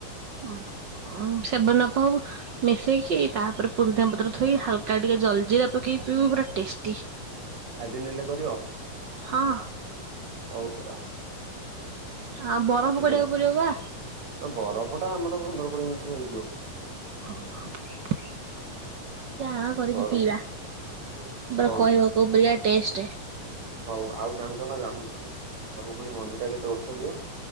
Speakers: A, on the right; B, on the right.
A: ହୁଁ ଉଁ ସେଭେନ୍ ଅଫ୍ ହଉ। ମିଶେଇକି ତାପରେ ପୁଦିନା ପତ୍ର ଥୋଇ ହାଲକା ଟିକେ ଜଲ ଜିରା ପକେଇ ପିଇବୁ ପୁରା ଟେଷ୍ଟି।
B: ଆଜି ନେଲେ କରିବ?
A: ହଁ।
B: ହଉ ନବା।
A: ଆଉ ବରଫ
B: ପଠେଇଦେମୁ
A: କରିବାକୁ ପଡ଼ିବ ବା।
B: ବରଫ ଟା ଆମର ପନ୍ଦର କୋଡ଼ିଏ ମିନିଟ୍ ରେ ହେଇଯିବ।
A: <inaudible> ଦେଇ ଆଣ କରିକି
B: ବରଫ
A: ପିଇବା ତା ପରେ
B: ହଉ
A: କହିବ କୋଉ ପରିକା ଟେଷ୍ଟ।
B: ହଉ ଆଉ ଜାଣିଛ ନା ଜାମୁକୋଳି ଜାମୁକୋଳି ମଞ୍ଜି ଟା କେତେ ଔଷଧୀୟ?